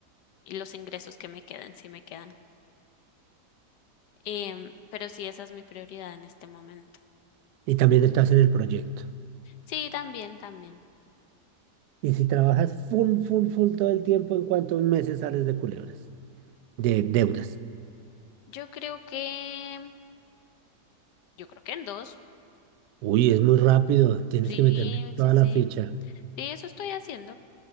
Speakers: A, on the left (about 90°); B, on the right (about 75°).
A: los ingresos que me queden, si me quedan. Em, pero sí, esa es mi prioridad en este momento.
B: Y también estás en el proyecto.
A: Sí, también, también.
B: Y si trabajas full, full, full todo el tiempo, ¿en cuántos meses sales de culebras? De deudas.
A: Yo creo que, yo creo que en dos.
B: Uy, es muy rápido. Tienes
A: Sí,
B: que meterle toda
A: sí, sí.
B: la ficha.
A: Sí, eso estoy haciendo.